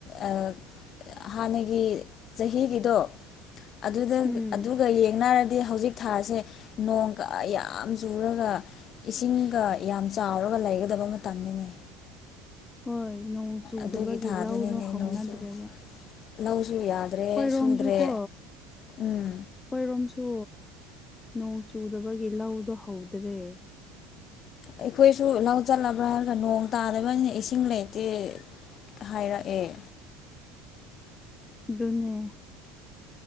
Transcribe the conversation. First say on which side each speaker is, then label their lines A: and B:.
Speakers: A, on the left (about 45°); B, on the left (about 20°).
A: ꯑꯥ ꯍꯥꯟꯅꯒꯤ ꯆꯍꯤꯒꯤꯗꯣ ꯑꯗꯨ
B: ꯎꯝ
A: ꯑꯗꯨꯒ ꯌꯦꯡꯅꯔꯗꯤ ꯍꯧꯖꯤꯛ ꯊꯥꯁꯦ ꯅꯣꯡꯒ ꯌꯥꯝ ꯆꯨꯔꯒ ꯏꯁꯤꯡꯒ ꯌꯥꯝ ꯆꯥꯎꯔꯒ ꯂꯩꯒꯗꯕ ꯃꯇꯝꯅꯤꯅꯦ
B: ꯍꯣꯏ ꯅꯣꯡ ꯆꯨꯗꯕꯒꯤ
A: ꯑꯗꯨꯒꯤ ꯊꯥꯗꯨꯅꯤꯅꯦ
B: ꯂꯧꯗꯣ ꯍꯧꯅꯗ꯭ꯔꯦꯕ
A: ꯅꯣꯡꯁꯨ ꯂꯧꯁꯨ ꯌꯥꯗ꯭ꯔꯦ
B: ꯑꯩꯈꯣꯏꯔꯣꯝꯁꯨꯀꯣ
A: ꯁꯨꯗ꯭ꯔꯦ ꯎꯝ
B: ꯑꯩꯈꯣꯏꯔꯣꯝꯁꯨ ꯅꯣꯡ ꯆꯨꯗꯕꯒꯤ ꯂꯧꯗꯣ ꯍꯧꯗ꯭ꯔꯦ
A: ꯑꯩꯈꯣꯏꯁꯨ ꯂꯧ ꯆꯠꯂꯕ꯭ꯔꯥ ꯍꯥꯏꯔꯒ ꯅꯣꯡ ꯇꯥꯗꯕꯅꯤꯅ ꯏꯁꯤꯡ ꯂꯩꯇꯦ ꯍꯥꯏꯔꯛꯑꯦ
B: ꯑꯗꯨꯅꯦ